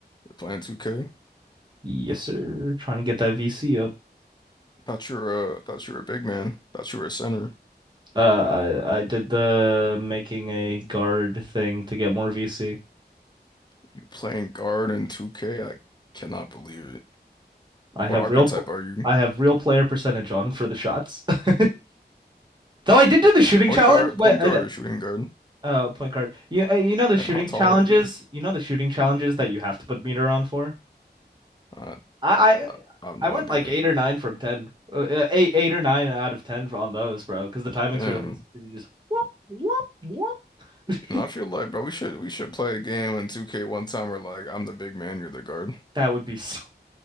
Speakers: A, on the left; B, on the right.
A: You're playing 2K.
B: Yes, sir. Trying to get that VC up.
A: Thought you were a, thought you were a big man. Thought you were a center.
B: Uh, I I did the making a guard thing to get more VC.
A: You playing guard in 2K? I cannot believe it.
B: I
A: What
B: have
A: archetype
B: real
A: are you?
B: I have real player percentage on for the shots. <laughs> Though I did do the shooting
A: Point
B: challenge,
A: guard,
B: but
A: point
B: uh,
A: guard
B: the-
A: or shooting guard?
B: uh, point guard. You uh, you know the
A: Damn,
B: shooting
A: how tall
B: challenges.
A: are you?
B: You know the shooting challenges that you have to put meter on for.
A: I,
B: I I,
A: I have no
B: I went
A: idea.
B: like eight or nine from ten. Uh, uh, eight eight or nine out of ten on those, bro. Because the timing's
A: Damn.
B: really easy. You just whoop whoop whoop.
A: You know, I feel
B: <laughs>
A: like, bro, we should we should play a game in 2K one time where like I'm the big man, you're the guard.
B: That would be so.